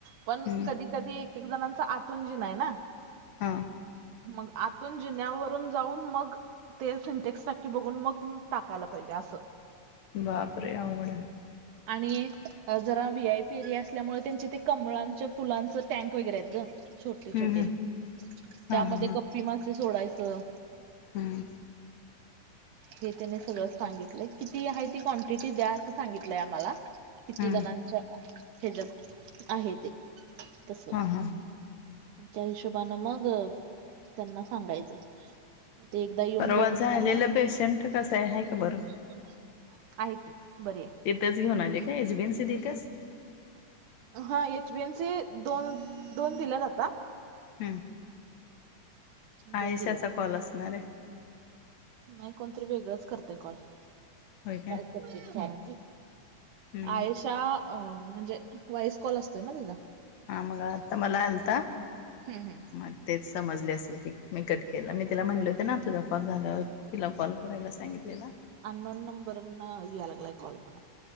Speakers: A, on the right; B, on the left.
A: पण
B: हम्म
A: कधी कधी एक एक जणांचा आतूनजीना आहे ना.
B: हां
A: मग आतून जिन्यावरून जाऊन मग, ते सिंथेक्स टाकी बघून मग टाकायला पाहिजे असं
B: बापरे! अवघडय
A: आणि जरा व्ही आय पी एरिया असल्यामुळे त्यांचे ते कमळांच्या फुलांच टँक वगैरे आहेत ग. छोटे
B: हम्म
A: छोटे
B: हम्म
A: त्यामध्ये
B: हा हा हा
A: गप्पी मासे सोडायचं.
B: हम्म
A: हे त्यांनी सगळं सांगितलंय किती आहेत? किती क्वांटिटी द्या असं सांगितलंय आम्हाला किती
B: हम्म
A: जणांच्या. ह्याच्या आहे ते तस
B: हा हा
A: त्या हिशोबनें मग त्यांना सांगायचं. ते एकदा येऊन
B: परवा
A: बघून
B: झालेलं
A: जाणार
B: पेशंट कसं आहे? आहे का बरं?
A: ह आहे की बरी आहे.
B: तथेच घेऊ आले काय एजबीनसी दिथस?
A: हा एचबीएन दोन दोन दिल्यात आता.
B: हम आयशाचा
A: दोन दिल्यात
B: कॉल असणार आहे.
A: नाही कोणतरी वेगळंच करतय कॉल स्पॅम
B: होय काय?
A: पडतंय स्पॅम.
B: हम्म
A: आयशा म्हणजे व्हॉइस कॉल असतोय ना तिचा.
B: हा मग आता मला आलता
A: हम्म हम्म
B: म तेच समजले असेल ते मी कट केलं मी तिला म्हटले होते ना तुझा कॉल झालावर तिला कॉल करायला सांगितलेला.
A: अन नोन नंबरन याय लागलाय कॉल मला.